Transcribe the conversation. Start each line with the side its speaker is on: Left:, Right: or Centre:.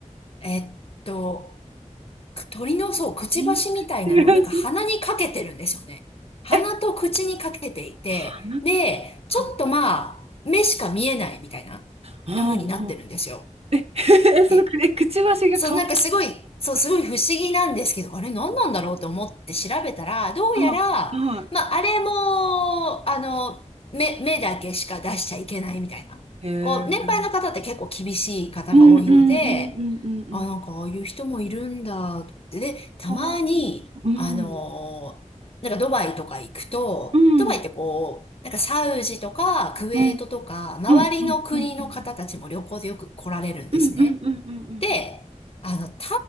Left: ーえっと、鳥のそう、くちばしみたいなのをなんか鼻にかけてるんですよね。
Right: 見隠し味
Left: 鼻と口にかけていて、
Right: え、鼻とか、
Left: で、ちょっとまあ、
Right: は
Left: 目しか見えないみたいな、
Right: あ、はあ、
Left: な風になってるんですよ。
Right: はあ <laughs> え、そのくえくちばしが顔に、
Left: え、そう、なんかすごい、そう、すごい不思議なんですけど、あれ何なんだろうと思って調べたら、どうやら、
Right: はあ、はあ、
Left: まあ、あれも、あの、目、目だけしか出しちゃいけないみたいな。
Right: へえ、
Left: こう、年配の方って結構厳しい方が多いので、
Right: うるんう
Left: あ、なんかああいう人もいるんだって。で、たまに、
Right: ほど。んうん
Left: あの、なんかドバイとか行くと、
Right: うん
Left: ドバイってこう、なんかサウジとかクウェートとか、
Right: うんうん。はあ、
Left: 周りの国の方たちも旅行でよく来られるんですね。
Right: うん、うん、うん、うん、うん、うん、うん、うんうんうんうんうんうんう
Left: で、
Right: ん。
Left: あの、多分